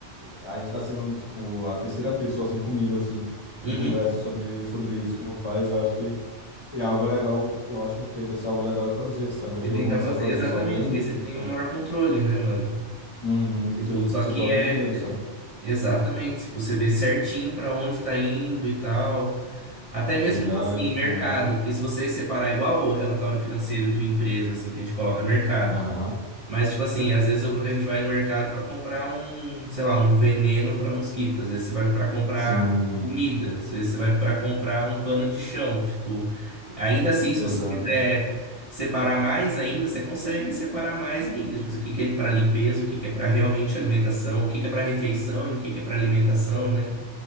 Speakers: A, on the left; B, on the right.
A: a gente tá sendo, tipo, a terceira pessoa, assim, comigo, assim,
B: uhum.
A: que conversa sobre, sobre isso, que não faz, eu acho que é algo legal, eu acho que deve ser algo legal de fazer, sabe? Eu acho
B: E
A: que
B: tentar
A: eu vou começar
B: fazer.
A: a fazer
B: Exatamente,
A: isso amanhã mesmo,
B: que aí você tem
A: sabe?
B: o maior controle, né, mano?
A: Uhum, do
B: Tipo,
A: teu,
B: só
A: do seu
B: que
A: próprio
B: é.
A: dinheiro, sabe?
B: Exatamente, tipo, você vê certinho pra onde tá indo e tal. Até mesmo,
A: Seus gastos,
B: tipo assim, mercado.
A: e mais.
B: Porque se você separar igual o relatório financeiro de empresa, assim, que a gente coloca mercado.
A: Aham.
B: Mas, tipo assim, às vezes eu vou- a gente vai no mercado pra comprar um, sei lá, um veneno pra mosquito. Às vezes você vai pra comprar
A: Sim,
B: comida. Às vezes você vai pra comprar um pano de chão. Tipo, ainda assim, se
A: exato.
B: você quiser separar mais ainda, você consegue separar mais ainda. Tipo assim, o que que é pra limpeza, o que que é pra realmente alimentação, o que que é pra refeição e o que que é pra alimentação, né?